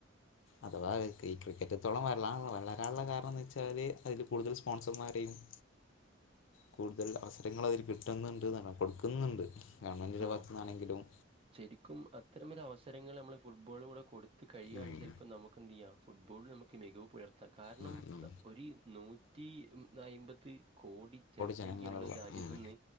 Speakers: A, on the left; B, on the right.
A: അഥവാ ഈ ക്രിക്കറ്റ് ഇത്രത്തോളം വള വളരാനുള്ള കാരണന്ന് വെച്ചാല് അതില് കൂടുതൽ സ്പോൺസർമാരെയിനും കൂടുതൽ അവസരങ്ങൾ അതിൽ കിട്ടുന്നുണ്ട് <unintelligible> കൊടുക്കുന്നുണ്ട് ഗവൺമെൻറ്റിൻ്റെ
B: ആഹ്
A: ഭാഗത്തു നിന്നാണെങ്കിലും
B: ശരിക്കും അത്തരം ഒരു അവസരങ്ങള് നമ്മള് ഫുട്ബോളിലും കൂടെ കൊടു ത്ത് കഴിയാണെങ്കിൽ
A: ഉം
B: ചെലപ്പോ നമുക്ക് എന്ത് ചെയ്യാം ഫുട്ബോളില് നമുക്ക് മികവ് പുലർത്താം, കാരണം
A: ഉം ഉം
B: ന ഒരു നൂറ്റ് റ്റി ഉം മ് അയിമ്പത് കോടി ജനസംഖ്യള്ള
A: ജനങ്ങളുള്ള
B: ഒരു രാജ്യത്ത്ന്ന്
A: ഉം